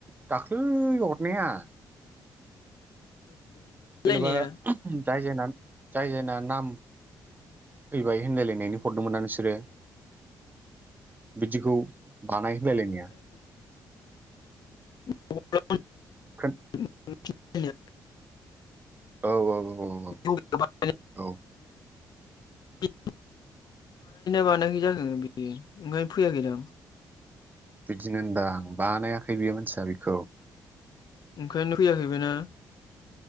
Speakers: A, on the right; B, on the left.
A: दाख्लै। नेहा। जेनेबा
B: लायनाया
A: जाय जायना। जाय जायना नाम फैबाय होनलायलायनायनि हरदोंमोना नोंसोरो। बिदिखौ बानाय होलायलायनाया
B: <unintelligible>
A: <unintelligible>
B: <unintelligible>
A: औ औ औ औ औ
B: बानायनो
A: औ।
B: <unintelligible> मोनाखै जाखो बिदि ओंखायनो फैयाखैदांं।
A: बिदिनो होनबा बानायाखै बेयो मानसिया बेखौ।
B: ओंखायनो फैयाखै बेना।